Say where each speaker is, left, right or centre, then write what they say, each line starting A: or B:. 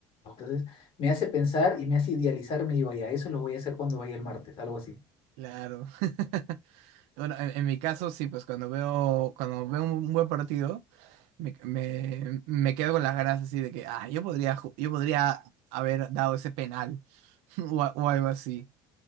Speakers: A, on the left (about 55°); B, on the right (about 75°).
A: Entonces me hace pensar y me hace idealizar, me digo, ya, eso lo voy a hacer cuando vaya el martes, algo así.
B: Claro. <laughs> Bueno, en, en mi caso sí, pues cuando veo, cuando veo un buen partido, me, me, me quedo con las ganas así de que, ah, yo podría, ju- yo podría haber dado ese penal <laughs> o, a- o algo así.